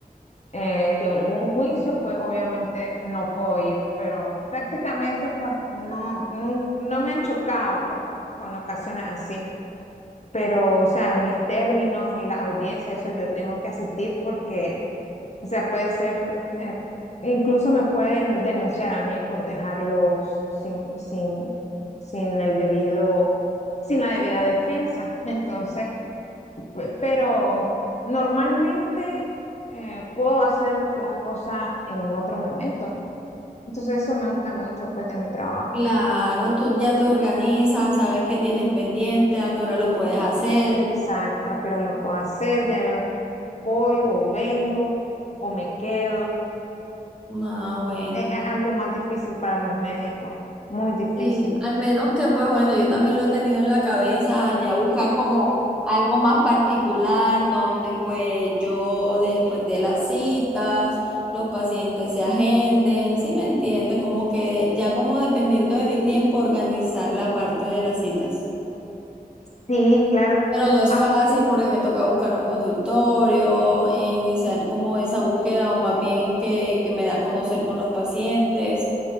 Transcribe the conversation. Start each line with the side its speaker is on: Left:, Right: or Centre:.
Left: eh, de algún juicio, pues obviamente no puedo ir, pero prácticamente pues no, no, no me han chocado pues con ocasiones así. Pero, o sea, mis términos y la audiencia, eso yo tengo que asistir porque O sea, puede ser, eh, incluso me pueden denunciar a mí por dejarlos sin, sin, sin el debido, sin la debida defensa. <laughs> Entonces, pe- pero normalmente eh, puedo hacer las cosas en otro momento. Entonces, eso me gusta mucho, pues, de mi trabajo.
Centre: Claro, tú ya te organizas, sabes qué tienes pendiente, a qué hora lo puedes hacer.
Left: Exacto, a qué hora lo puedo hacer, ya veo, voy o vengo o me quedo.
Centre: Ah, bueno,
Left: Es algo más difícil para los médicos, muy difícil.
Centre: Sí, al menos que pues bueno, yo también lo he tenido en la cabeza, ya buscar como algo más particular donde pues yo después de las citas, los pacientes se agenden, ¿sí me entiendes? Como que ya como dependiendo de mi tiempo organizar la parte de las citas.
Left: Sí, claro.
Centre: Pero no es
Left: Ah,
Centre: fácil porque me toca buscar un consultorio, e iniciar como esa búsqueda o más bien que, que me da a conocer con los pacientes.